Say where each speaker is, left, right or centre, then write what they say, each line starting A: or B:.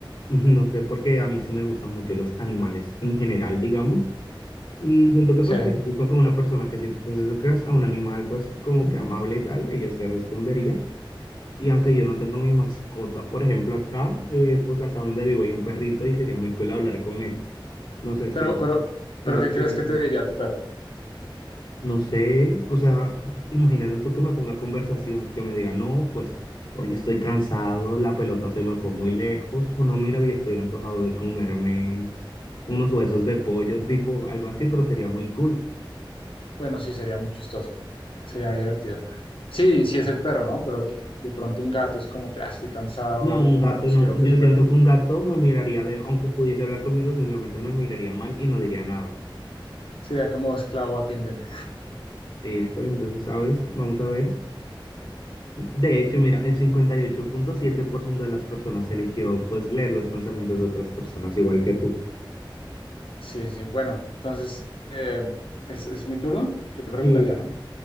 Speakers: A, on the left; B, on the left.
A: <laughs> No sé por qué a mí sí me gustan mucho los animales en general, digamos. Y siento que
B: sí,
A: pasaría lo mismo con una persona que si tú te acercas a un animal, pues como que amable y tal, ellos te responderían. Y aunque yo no tengo mi mascota, por ejemplo, acá, eh, pues acá donde vivo hay un perrito y sería muy cool hablar con él. No sé,
B: pero,
A: siento,
B: pero,
A: siento
B: pero ¿qué
A: que
B: crees
A: sería
B: que
A: cool.
B: te diría tu perro?
A: No sé, o sea, imagínate tú que me ponga conversación, que me diga, no, pues hoy estoy cansado, la pelota se me fue muy lejos, o no, mira, hoy estoy antojado de comerme unos huesos de pollo, tipo algo así, pero sería muy cool.
B: Bueno, sí, sería muy chistoso, sería divertido. Sí, sí es el perro, ¿no? Pero de pronto un gato es como que, ah, estoy cansado
A: No,
B: de
A: un
B: los humanos,
A: gato no.
B: quiero que
A: Yo
B: se
A: siento
B: mueran.
A: que un gato me miraría de, aunque pudiese hablar conmigo, simplemente me miraría mal y no diría nada.
B: Sería como esclavo, atiéndeme.
A: Sí, pero entonces, ¿sabes? Vamos a ver. De hecho, mira, el cincuenta y ocho punto siete por ciento de las personas eligió pues leer los pensamientos de otras personas, igual que tú.
B: Sí, sí, bueno, entonces eh, es, es mi turno. Yo te preguntaría,
A: Sí.
B: ¿no?